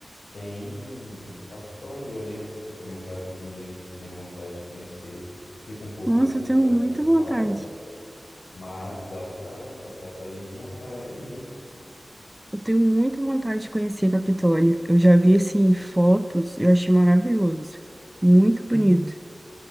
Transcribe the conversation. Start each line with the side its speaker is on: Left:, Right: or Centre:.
Left: Tem um Capitólio. Eu lembro que você tinha comentado comigo que tinha vontade de conhecer. Fica um pouco
Right: Nossa,
Left: longe
Right: eu tenho
Left: da
Right: muita
Left: capital,
Right: vontade.
Left: mas dá pra, dá pra gente montar e ir.
Right: Eu tenho muita vontade de conhecer Capitólio. Eu já vi, assim, fotos, eu achei maravilhoso. Muito bonito. Uhum.